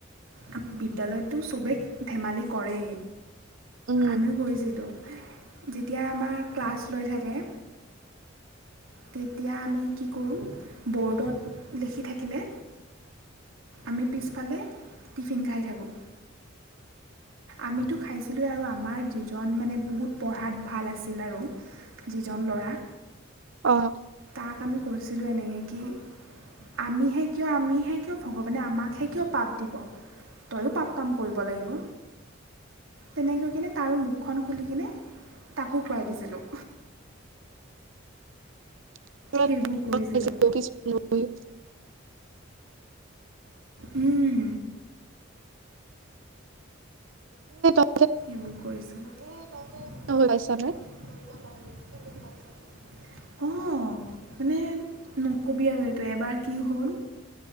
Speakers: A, on the right; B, on the right.
A: আ বিদ্যালয়তো চবেই ধেমালি কৰেই
B: উম,
A: আমিও কৰিছিলোঁ যেতিয়া আমাৰ ক্লাছ লৈ থাকে তেতিয়া আমি কি কৰোঁ বৰদ্দ দেখি থাকিলে আমি ফালে টিফিন খাই থাকোঁ আমিতো খাইছিলোঁ এই আৰু আমাৰ যি জন মানে বহুত পঢ়াত ভাল আছিল আৰু যিজন ল'ৰা
B: অহ
A: তাক আ কৰি বুছিলছিলোঁ এনেকে কি আমিহে কিয় আমিহে কিয় ভগৱানে আমাকহে কিয় পাপ দিব তয়ো পাপ কাম কৰিব লাগিব তেনেকৈ কিনে তাৰো মুখখন খুলি কিনে তাকো খুৱাই দিছিলোঁ।
B: <unintelligible>
A: সেইবোৰ কৰিছিলোঁ
B: হয়
A: উম
B: এ
A: সবোৰ কৰিছো মইতে এইবোৰ
B: হৈ পাইছানে?
A: নকৰিলে অ' মানে নকবি আৰু এইটো এবাৰ কি হ'ল